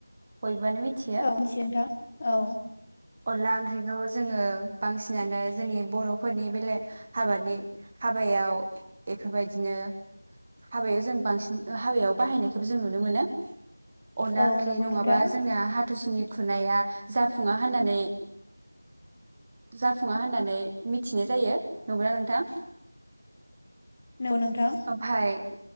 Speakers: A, on the right; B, on the left.
A: बयबोआनो मिथियो।
B: औ मिथियो नोंथां औ
A: अनला ओंख्रिखौ जोङो बांसिनानो जोंनि बर'फोरनि बेलेग हाबानि हाबायाव बेफोरबायदिनो हाबायाव जों बांसिन हाबायाव बाहायनायखौबो जों नुनो मोनो। अनला
B: औ
A: ओंख्रि
B: नंगौ
A: नङाबा
B: नोंथां
A: जोंनाया हाथासुनि खुरनाया जाफुङा होननानै जाफुङा होननानै मिथिनाय जायो। नंगौना नोंथां?
B: नोंगौ नोंथां।
A: ओमफाय